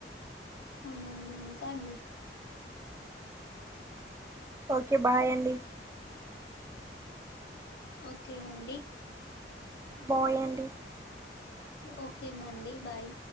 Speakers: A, on the left; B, on the right.
A: అవునండి ఇంకా అండి
B: ఓకే బాయ్ అండి
A: ఓకే అండి
B: బాయండి
A: ఓకే మండి బాయ్